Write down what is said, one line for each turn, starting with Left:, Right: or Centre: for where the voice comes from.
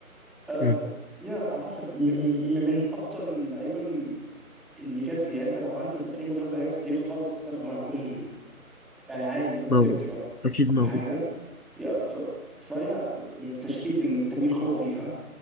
Centre: آه
Left: مم،
Centre: يا أعتقد م- م- من أفضل اللعيبة اللي جت فيه يعني أنت لو عملت تقييم بطولة لعيبة في التاريخ خالص أعتقد إنه هيكون يعني عالي توب
Left: موجود
Centre: 30
Left: اكيد موجود
Centre: ولا حاجة يا ف... فيا تشكيلة التاريخ هو فيها